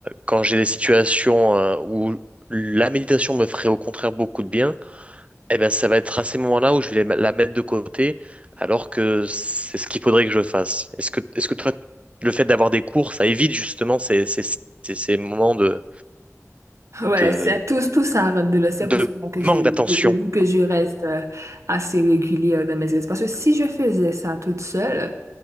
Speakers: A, on the right (about 25°); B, on the right (about 65°).
A: quand j'ai des situations euh, où la méditation me ferait au contraire beaucoup de bien, eh ben ça va être à ces moments-là où je vais les- la mettre de côté, alors que c'est ce qu'il faudrait que je fasse. Est-ce que, est-ce que toi, le fait d'avoir des cours, ça évite justement ces, ces, ces, ces moments de,
B: Ouais,
A: de,
B: c'est tout, tout ça rentre de là. C'est
A: de
B: pour cela que je,
A: manque
B: je
A: d'attention?
B: te dis que je reste euh, assez régulière dans mes espaces. Parce que si je faisais ça toute seule,